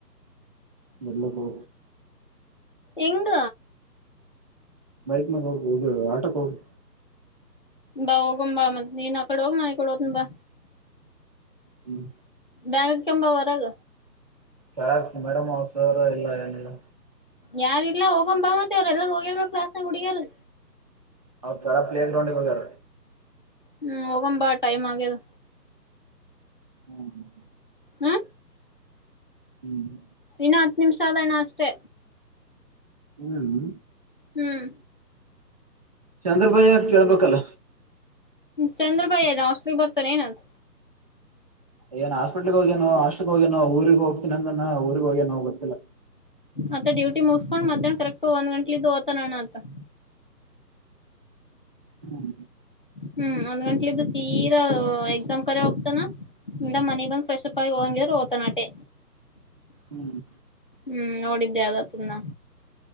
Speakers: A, on the right; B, on the left.
A: ನಲ್ಲಕ್ಕ
B: ಎಂಗ
A: ಬೈಕ್ ಮಾಗ ಹೋಗ್ದು ಆಟೋಕ್ ಹೋಗ್ಲು
B: ಬಾ ಹೋಗ ಬಾ ಮತ್ತ ನೀನ್ ಆ ಕಡೆ ಹೋಗ ನ ಈ ಕಡೆ ಹತನ ಬಾ
A: ಹ್ಮ್
B: ಬಾರಕಂಬ ವರಗ
A: ಕಕ್ಸ ಮೇಡಮ್ ಅವಸರ ಎಲ್ಲ ಏನಲ್ಲ
B: ಯಾರಲ್ಲ ಹೋಗಂಬ ಮತ್ತ ಅವ್್ರ ಎಲ್ಲಾರ ಹೋಗಲ್ರು ಕ್ಲಾಸ್ಂಗ ಹುಡಗಾರ
A: ಹೌ ಕೆಳ ಪ್ಲೇ ಗ್ರೌಂಡ್ಗೆ ಹಗಾರ
B: ಹ್ಮ್ ಹೋಗಂಬಾ ಟೈಮ್ ಆಗದು
A: ಹ್ಮ್ ಹ್ಮ
B: ಹ್ಮ
A: ಹ್ಮ್ ಹ್ಮ್
B: ಇ ಹತ್ತು ನಿಮಿಷಧರಣ ಅಷ್ಟೇ
A: ಹ್ಮ್
B: ಹ್ಮ್
A: ಚಂದ್ರಭಯ ಕೆಳಪಕ್ಕಲ್ಲ
B: ಚಂದ್ರಬಾಯ ಅಷ್ಟಲಿ ಬರ್ತಾನೆ ಏನದು
A: ಏನ್ ಹಾಸ್ಪಿಟಲ್ ಹೋಗೇೋ ಹಾಸ್ಟೆಲ್ ಹೋಗೇನ ಊರಿಗೆ ಹೋಗ್ತನಿ ಅಂದ ಊರಿಗೆ ಹ ೇೋ ಹೋಗುತ್ತೆ ಚಲ್ಲಾ
B: ಅತ್ತ ಡ್ಯೂಟಿ ಮುಗಸ್ಕೊಂಡ್ ಮಧ್ಯಾಹ್ನ ಕರೆಕ್ಟ್ ಒಂದ್ ಗಂಟ್ಲಿಕ ಹೊತಾನ ಅಣ್ಣಾ ಆತ.
A: ಹ್ಮ್
B: ಹ್ಮ್ ಒಂದ್ ಗಂಟ್ಲಿದ್ದ ಸೀದಾ ಎಕ್ಸಾಮ್ ಕರೆ ಹೋಗ್ತಾನ ಇಂದ ಮನಿ ಬಂದ್ ಫ್ರೆಶ್ಪ್ ಆಗಿ ಹೋಗಂಗಿದ್ರ ಹೋಗ್ತಾನ ಅಟೆ
A: ಹ್ಮ್
B: ಹ್ಮ್ ನೋಡಿದ್ದೆ ಆದತನ್ನ.